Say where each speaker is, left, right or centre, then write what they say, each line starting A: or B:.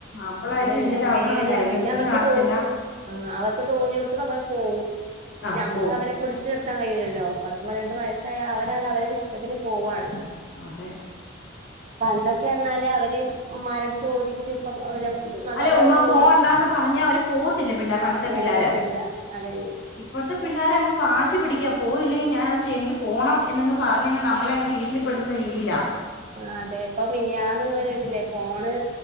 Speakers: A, on the left; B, on the right.
A: അപ്പോളായിരിക്കും
B: അതെന്നെ
A: എന്തേലും ആവണം
B: പേടിയാ
A: ലൈസൻസും
B: പിന്നെ അവർക്ക്
A: കാണത്തില്ല
B: തോന്നും ആഹ് അവർക്ക് തോന്നിയോടുത്തക്ക അവർ പോകും
A: ആ
B: ഞമ്മക്ക്
A: പോവും
B: അവരെ പിടിച്ച് നിർത്താൻ കഴിയൂല്ലല്ലോ പത്ത് പതിനെട്ട് വയസ്സായ അവര അവരരു ഇഷ്ടത്തിന് പോവാണ്
A: അതെ
B: പണ്ടൊക്കെ പറഞ്ഞാല് അവര് ഉമ്മാരോട് ചോദി ഇപ്പം അവര് മാതാപിതാക്കളോട്
A: അല്ലെ ഉമ്മാ
B: ചോദിച്ചു
A: പോണ്ടാന്ന് പറഞ്ഞാ അവര് പോവത്തില്ല പിള്ളേ
B: ആഹ്
A: പണ്ടത്തെ
B: പോവത്തില്ല
A: പിള്ളേര്
B: അതെന്നെ
A: ഇപ്പോഴത്തെ പിള്ളോര അങ്ങ് വാശി പിടിക്ക പോയില്ലെങ്കിൽ ഞാന ചെയ്യും എനിക്ക് പോണം എന്നങ് പറഞ്ഞങ് നമ്മളെ അങ്ങ് ഭീഷണിപ്പെടുത്തുന്ന രീതിയിലാ
B: ആഹ് അതെ ഇപ്പം മിനിയാന്ന് നിങ്ങള് കേട്ടില്ലേ ഫോണ്